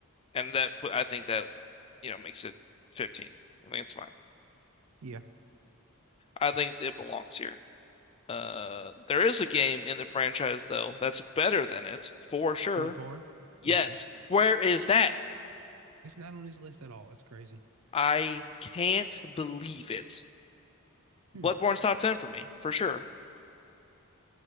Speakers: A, on the left; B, on the right.
A: and that put I think that you know makes it 15. I think it's fine.
B: <laughs> Yeah.
A: I think it belongs here. Uh, there is a game in the franchise though that's better than it for sure.
B: Bloodborne.
A: Yes,
B: Bloodborne.
A: where is that?
B: It's not on his list at all. That's crazy.
A: I can't believe it. Bloodborne's
B: Hmm.
A: top 10 for me, for sure.